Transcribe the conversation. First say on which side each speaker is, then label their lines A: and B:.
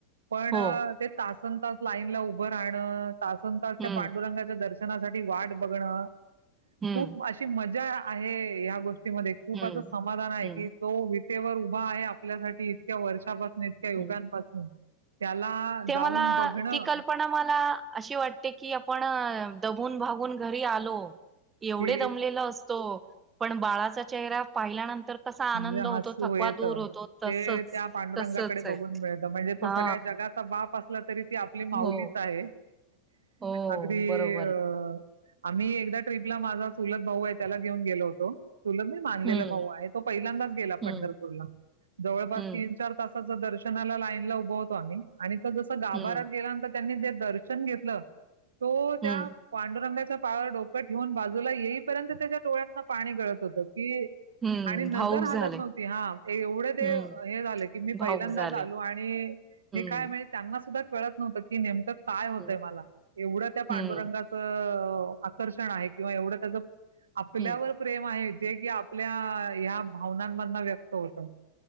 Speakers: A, on the right; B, on the right.
A: पण
B: हो
A: ते तास. तासनतास लाईन ला उभं राहणं. तासनतास त्या
B: हम्म
A: पांडुरंगाच्या दर्श शणा साठी वाट बघणं.
B: हम्म
A: खूप अशी मजा. आहे या गोष्टी. ती मध्ये खूपं
B: हम्म
A: असं समाधान आहे
B: हम्म
A: की तो वि ते वर उभा आहे, आपल्यासाठी इतक्या वर्षापासून इतक्या युगांपासून.
B: हम्म
A: त्याला
B: ते
A: जाऊन
B: मला,
A: बघणं,
B: ती कल्पना मला अशी वाटते की आपण. दबून भागून घरी आलो. एवढे
A: की
B: दमलेला असतो. पण बाळाचा चेहरा पाहिल्यानंतर कसा आनंद
A: म्हे
B: होतो
A: हसू
B: थकवा
A: येत
B: दूर होतो तसच
A: ते त्या पांडुरंगाकडे
B: तसच
A: बघून
B: आहे
A: मिळत, म्हणजे तो
B: हा
A: सगळ्या जगाचा बाप. अससलं तरी ती आपली माऊलीच
B: हो
A: आहे
B: हो
A: अगदी
B: बरोबर
A: अ
B: आहे
A: आम्ही एकदा ट्रीपला माझा चूलत भाऊ आहे, त्याला घेऊन गेलो होतो. चुलत नाही, मानलेलं
B: हम्म
A: भाऊ आहेत. तो पहिल्यांदाच गेला
B: हम्म
A: पंढरपूरला जवळपास
B: हम्म
A: तीन चार तास दर्शनाला लाईन ला उभवतो आम्ही, आणि जसं जसं गाभारात
B: हम्म
A: गेल्या नंतर त्यांनी दर्शन घेतलं. तो त्या
B: हम्म
A: पांडुरंगाच्या पायावर डोकं ठेऊन बाजूला येईपर्यंत, त्याच्या डोळ्यातनं पाणी गळत होतं कि
B: हम्म,
A: आणि नजर
B: भाऊक झाले.
A: हालत नव्हती हा, एवढं ते
B: हम्म,
A: हे झालं की मी
B: भाऊक
A: पहिल्यांदाच
B: झाले.
A: आलो आणि
B: हम्म,
A: मी काय म्हणजे त्यांना सुद्धा कळत नव्हत की नेमकं काय होतय
B: हम्म,
A: मला एवढं त्या पांडुरंगाच
B: हम्म,
A: आकर्षण आहे किंवा एवढं त्याचं आपल्यावर
B: हम्म.
A: प्रेम आहे. जे की आपल्या ह्या भावनांम व्यक्त होतं